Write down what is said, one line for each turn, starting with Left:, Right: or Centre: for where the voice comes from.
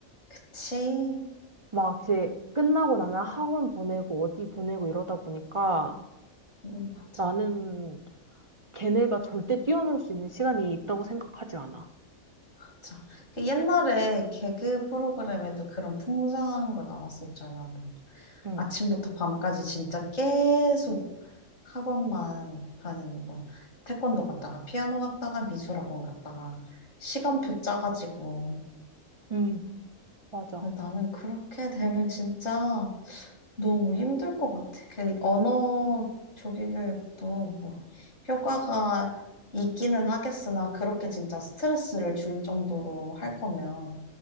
Left: 그치?
Right: 막 이제 끝나고 나면 학원 보내고 어디 보내고 이러다 보니까
Left: 응, 맞아,
Right: 나는 걔네가 절대 뛰어놀 수 있는 시간이 있다고 생각하지 않아.
Left: 맞아. 그 옛날에 개그 프로그램에도 그런 풍성한 거 나왔었잖아, 한 번.
Right: 응,
Left: 아침부터 밤까지 진짜 계속 학원만 다니는 거. 태권도 갔다가 피아노 갔다가 미술학원 갔다가 시간표 짜가지고
Right: 응, 맞아.
Left: 근데 나는 그렇게 되면 진짜 너무 힘들 것 같아. 그 언어 조기 교육도 뭐 효과가 있기는 하겠으나 그렇게 진짜 스트레스를 줄 정도로 할 거면